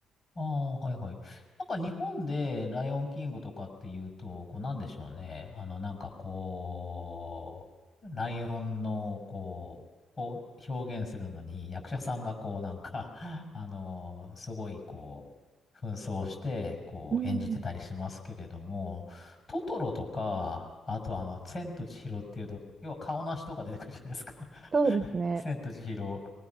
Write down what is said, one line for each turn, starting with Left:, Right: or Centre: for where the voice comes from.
Left: ああ、はいはい。なんか日本でライオンキングとかっていうと、こうなんでしょうね。あの、なんかこう、ライオンのこう、を表現するのに役者さんがこうなんか、<laughs> あの、すごいこう、紛争して、こう演じてたりしますけれども、
Right: うん、
Left: トトロとか、あとあの、千と千尋っていうと、要は顔なしとか出てくるじゃないですか。
Right: そうですね。
Left: <laughs> 千と千尋。